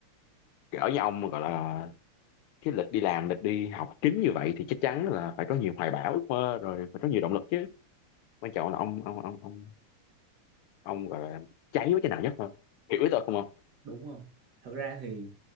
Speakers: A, on the left (about 85°); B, on the right (about 55°).
A: Cỡ như ông gọi là cái lịch đi làm, lịch đi học kín như vậy thì chắc chắn là phải có nhiều hoài bão, ước mơ rồi phải có nhiều động lực chứ. Quan trọng là ông ông ông ông ông gọi là cháy với cái nào nhất thôi. Hiểu ý tôi không không?
B: đúng không thật ra thì